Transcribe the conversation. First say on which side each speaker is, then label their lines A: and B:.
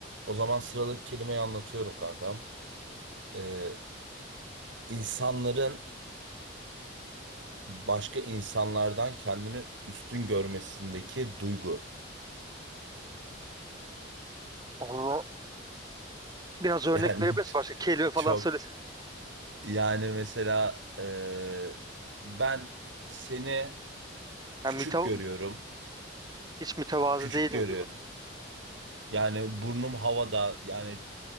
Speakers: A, on the right; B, on the right.
A: O zaman sıradaki kelimeyi anlatıyorum kankam. Ee, insanların başka insanlardan kendini üstün görmesindeki duygu.
B: Onu biraz örnek
A: Yani
B: verebiliriz.
A: <laughs> ç-
B: Başka kelime falan
A: çok
B: söyle.
A: yani mesela e, ben seni küçük
B: Yani mütev
A: görüyorum.
B: hiç mütevazı
A: Küçük
B: değilim
A: görüyorum.
B: gibi.
A: Yani burnum havada yani